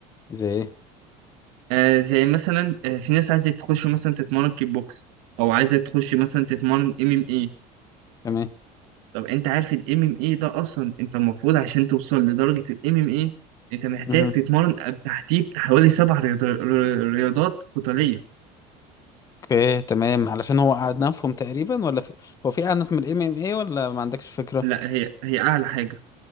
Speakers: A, on the left; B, on the right.
A: زي ايه
B: آه زي مثلا آه في ناس عايزة تخش مثلا تتمرن كيك بوكس أو عايزة تخش مثلا تتمرن ام ام اي
A: تمام
B: طب أنت عارف الام ام اي ده أصلا أنت المفروض عشان توصل لدرجة الام ام اي أنت محتاج
A: مهم.
B: تتمرن تحتيه حوالي سبع رياض- رياضات قتالية
A: اوكي تمام علشان هو أعنفهم تقريبا ولا في... هو في أعنف من الام ام اي ولا ما عندكش فكرة
B: لا هي هي أعلى حاجة